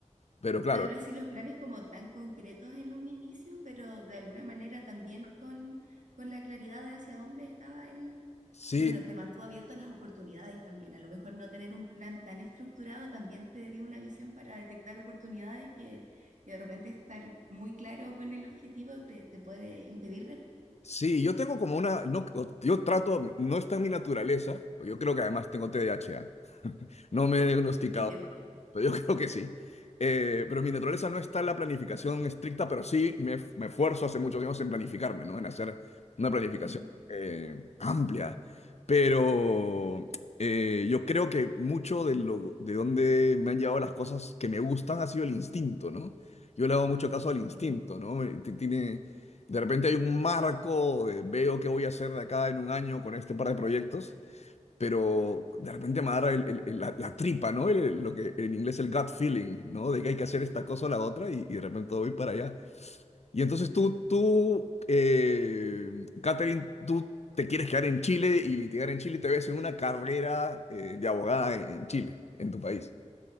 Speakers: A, on the left (about 60°); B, on the right (about 85°).
A: Pero claro,
B: Tal vez sí los planes como tan concretos en un inicio, pero de alguna manera también con, con la claridad de hacia dónde estaba él.
A: sí,
B: Y bueno, te mantuvo abierto a las oportunidades también. A lo mejor no tener un plan tan estructurado también te dio una visión para detectar oportunidades que, que de repente estar muy claro con el objetivo te, te puede impedir ver.
A: Sí, yo tengo como una, no, yo trato, no está en mi naturaleza, pero yo creo que además tengo TDAH, ¿ah? No me he Mm. diagnosticado
B: Entiendo.
A: pero yo <laughs> creo que sí. Eh, pero mi naturaleza no está en la planificación estricta, pero sí me, me esfuerzo hace muchos años en planificarme, ¿no? En hacer una planificación
B: Ujú,
A: eh, amplia. Pero eh, yo creo que mucho de lo, de donde me han llevado las cosas que me gustan ha sido el instinto, ¿no? Yo le hago mucho caso al instinto,
B: ujú.
A: ¿no? Me- ti- Tiene, de repente hay un marco, eh, veo qué voy a hacer de acá en un año con este par de proyectos pero de repente me agarra el- el- el- la, la tripa, ¿no? El- el- lo que en inglés el gut feeling, ¿no? De que hay que hacer esta cosa o la otra y, y de repente voy para allá. Y entonces tú, tú, eh, Catherine, tú te quieres quedar en Chile y litigar en Chile y te ves en una carrera eh, de abogada en, en Chile, en tu país.